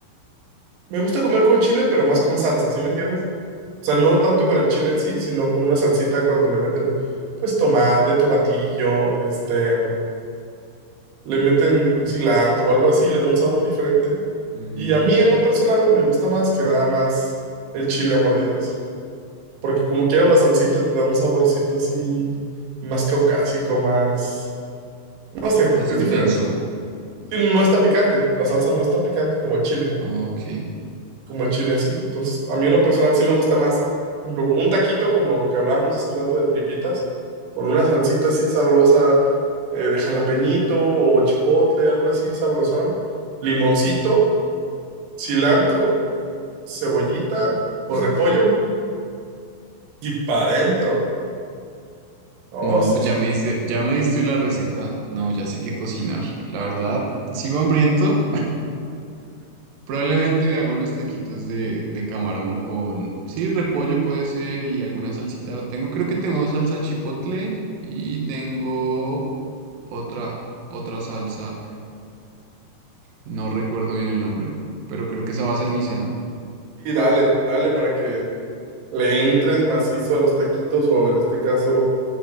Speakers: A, on the right; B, on the right.
A: Me gusta comer con chile, pero más con salsa, ¿sí me entiendes? O sea, no tanto con el chile en sí, sino con una salsita cuando le meten, pues, tomate, tomatillo, este, le meten cilantro o algo así, le da un sabor diferente.
B: Mm,
A: Y a mí en lo personal me gusta más que nada más el chile a mordidas, porque como quiera la salsita te da un saborcito así más caucásico, más, no sé,
B: más
A: es
B: intenso,
A: diferente. Sí, No es tan picante, la salsa no es tan picante como el chile.
B: ok.
A: como el chile en sí. Entonces, a mí en lo personal sí me gusta más, por ejemplo, un taquito como lo que hablábamos hace rato de tripitas, con una salsita así sabrosa eh, de jalapeñito o chipotle, algo así sabrosón, limoncito, cilantro, cebollita o repollo y pa' adentro. Oh,
B: No,
A: sí,
B: pues
A: sí,
B: ya me
A: sí.
B: diste, ya me diste la receta, no, ya sé qué cocinar, la verdad, sigo hambriento, Probablemente me haga unos taquitos de, de camarón con, sí, repollo puede ser y alguna salsita. Tengo, creo que tengo salsa chipotle y tengo otra, otra salsa. No recuerdo bien el nombre, pero creo que esa va a ser mi cena.
A: Y dale, dale para que le entres macizo a los taquitos o en este caso